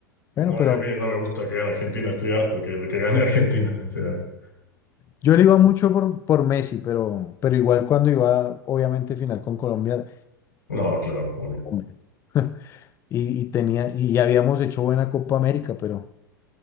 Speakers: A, on the left; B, on the left.
A: Bueno,
B: No,
A: pero
B: y a mí no me gusta que gane Argentina, estoy harto que, de que gane <laughs> Argentina, sinceramente.
A: yo le iba mucho por, por Messi, pero, pero igual cuando iba, obviamente, final con Colombia,
B: No, claro, obvio.
A: hombre, <laughs> y, y tenía, y ya habíamos hecho buena Copa América, pero